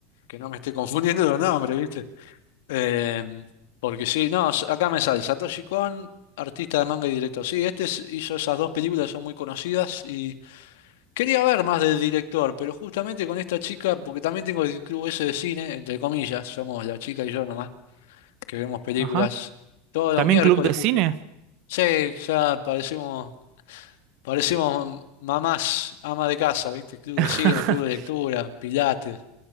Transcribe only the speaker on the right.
Ajá.
¿También
club de
cine?
<laughs>